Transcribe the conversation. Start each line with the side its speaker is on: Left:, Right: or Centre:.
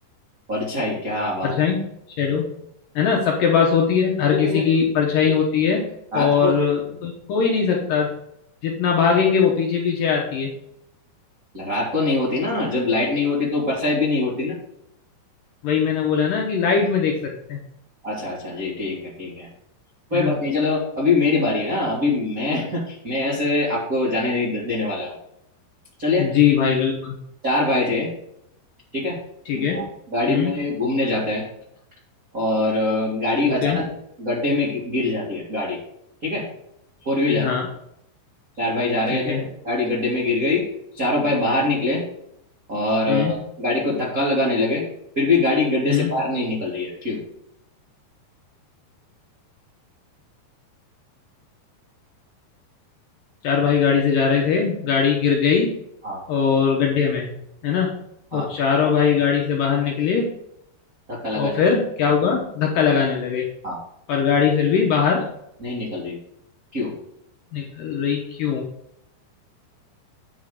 Right: परछाई क्या बात
Left: परछाई शेडो है ना सबके पास होती है हर
Right: लेकिन
Left: किसी की परछाई होती है
Right: रात
Left: और
Right: को
Left: कोई खो ही नहीं सकता जितना भागेंगे वो पीछे पीछे आती है
Right: रात को नहीं होती ना जब लाइट नहीं होती तो परछाई भी नहीं होती ना
Left: वही मैंने बोला ना कि लाइट में देख सकते हैं
Right: अच्छा अच्छा जी ठीक है ठीक है कोई
Left: है ना
Right: बात नहीं चलो अभी मेरी बारी है हाँ अभी मैं <laughs> मैं ऐसे आपको जाने नहीं दे- देने वाला हूँ चलिए
Left: जी भाई बिल्कुल
Right: चार भाई थे ठीक है
Left: ठीक
Right: वो
Left: है हम्म
Right: गाड़ी में घूमने जाते हैं और अ, गाड़ी
Left: ओके
Right: अचानक गड्ढे में गि- गिर जाती है गाड़ी ठीक है फोर व्हील है
Left: हाँ
Right: चार भाई जा रहे
Left: ठीक
Right: थे
Left: है
Right: गाड़ी गड्ढे में गिर गई चारों भाई बाहर निकले और अ,
Left: हम्म
Right: गाड़ी को धक्का लगाने लगे फिर भी गाड़ी गड्ढे
Left: हम्म
Right: से बाहर नहीं निकल रही है क्यों
Left: चार भाई गाड़ी से जा रहे थे गाड़ी गिर गई
Right: हाँ
Left: और गड्ढे में है ना और
Right: हाँ
Left: चारों भाई गाड़ी से बाहर निकले
Right: धक्का लगाने
Left: और फिर
Right: लगे
Left: क्या हुआ धक्का लगाने लगे
Right: हाँ
Left: पर गाड़ी फिर भी बाहर
Right: नहीं निकल रही क्यों
Left: निकल रही क्यों